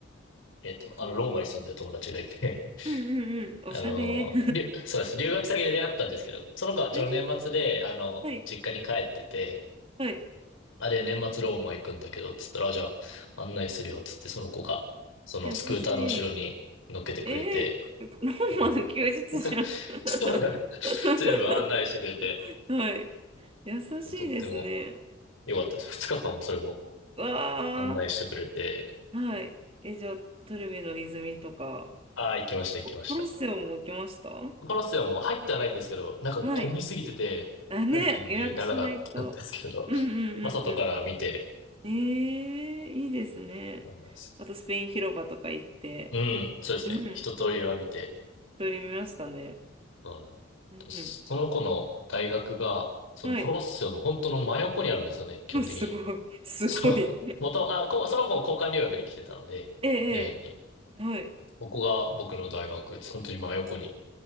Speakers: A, on the left; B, on the right.
A: えっと、
B: あと
A: あの、ローマに住んでる友達がいて
B: うんうんうん。
A: あの、
B: おしゃれ。<laughs> え
A: りゅ、そうです。留学先で出会ったんですけど、その子はちょうど年末で、
B: ー、
A: あの、
B: はい。
A: 実家に帰ってて、
B: はい。
A: あれ、年末ローマ行くんだけど、つったら、あじゃあ、案内するよ、つって、その子が、そのスクーターの後ろに乗っけてくれて、
B: 優しい。えー、ローマの休日じゃん。
A: あの、<laughs>
B: <laughs>
A: そうだ、全部案内してくれて、
B: はい。優しいですね。
A: とっても良かったです。二日間もそれも
B: わ
A: 案内してくれて、
B: ー。はい。え、じゃあ、トルビの泉とか、
A: ああ、行きました、行きました。
B: ココロッセオも来ました
A: コロッセオも入ってはないんですけど、なんかもう混みすぎてて、
B: はい。あ、ね、
A: 入る気にならなかったんですけれど、
B: 予約しないと。うんうんうんうん。
A: まあ、外から見て、
B: ええいいですね。
A: そうなんです。
B: あとスペイン広場とか行って、
A: うん、そうですね。
B: うん、
A: 一通りは見て。
B: うん、撮りましたね。
A: うん。
B: うん、
A: その子の大学が、そのコロッセオの本当の真横にあるんですよね、
B: はい。<laughs>
A: 基本的に。
B: うんすごい、<laughs>
A: <laughs>
B: すごい。
A: そう。元、あ、こ、その子も交換留学で来てたので、
B: <laughs> ええ、
A: ミュンヘンに。
B: ええはい。
A: ここが僕の大学、本当に真横にい